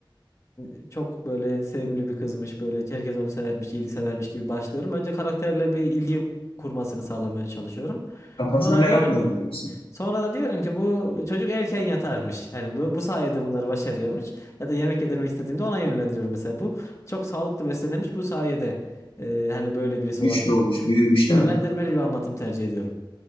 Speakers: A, on the left; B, on the left.
A: e, çok böyle sevimli bir kızmış. Böyle herkes onu severmiş, iyilik severmiş gibi başlıyorum. Önce karakterle bir ilgi kurmasını sağlamaya çalışıyorum.
B: Kafasına
A: Sonra
B: merak
A: diyorum
B: uyandırıyorsun.
A: Sonra da diyorum ki bu çocuk erken yatarmış. Yani bu, bu sayede bunları başarıyormuş. Ya da yemek yedirmek istediğimde ona yönlendiriyorum mesela. Bu çok sağlıklı beslenirmiş. Bu sayede e, hani böyle birisi
B: Güçlü
A: olabilmiş
B: olmuş,
A: gibi
B: büyümüş
A: yönlendirmeli
B: değil mi?
A: bir anlatım tercih ediyorum.